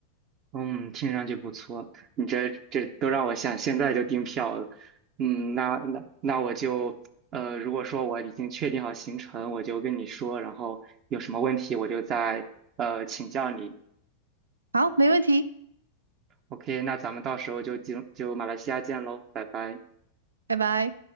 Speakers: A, on the right (about 35°); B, on the right (about 75°).
A: 嗯，听上去不错，你这这都让我想现在就订票了。嗯，那那那我就呃，如果说我已经确定好行程，我就跟你说，然后有什么问题我就再呃请教你。
B: 好，没问题，
A: OK，那咱们到时候就就就马来西亚见喽，拜拜。
B: 拜拜。